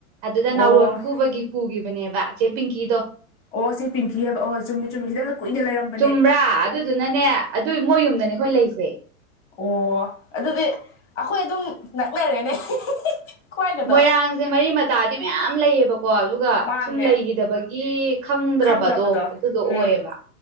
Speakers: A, on the right; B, on the left.
A: ꯑꯗꯨꯗ
B: ꯑꯣ
A: ꯅꯥꯎꯔꯣꯟ ꯈꯨꯕꯒꯤ ꯄꯨꯈꯤꯕꯅꯦꯕ ꯑꯆꯦ ꯄꯤꯡꯀꯤꯗꯣ
B: ꯑꯣ ꯁꯤ ꯄꯤꯡꯀꯤ ꯍꯥꯏꯕ ꯑꯣꯍꯣꯏ ꯆꯨꯝꯃꯤ ꯆꯨꯝꯃꯤꯁꯤꯗ ꯀꯨꯏꯅ ꯂꯩꯔꯝꯕ
A: ꯆꯨꯝꯕ꯭ꯔꯥ ꯑꯗꯨꯗꯨꯅꯅꯦ ꯑꯗꯨꯏ ꯃꯣꯏ ꯌꯨꯝꯗꯅꯦ ꯑꯩꯈꯣꯏ ꯂꯩꯁꯦ
B: ꯑꯣ ꯑꯗꯨꯗꯤ ꯑꯩꯈꯣꯏ ꯑꯗꯨꯝ ꯅꯛꯅꯔꯦꯅꯦ ꯈ꯭ꯋꯥꯏꯒꯗꯣ
A: ꯃꯣꯏꯔꯥꯡꯁꯦ ꯃꯔꯤ ꯃꯇꯥꯗꯤ ꯃꯌꯥꯝ ꯂꯩꯌꯦꯕꯀꯣ ꯑꯗꯨꯒ
B: ꯃꯥꯅꯦ
A: ꯁꯨꯝ ꯂꯩꯈꯤꯗꯕꯒꯤ ꯈꯪꯗ꯭ꯔꯕꯗꯣ
B: ꯈꯪꯗꯕꯗꯣ
A: ꯑꯗꯨꯗꯣ
B: ꯎꯝ
A: ꯑꯣꯏꯌꯦꯕ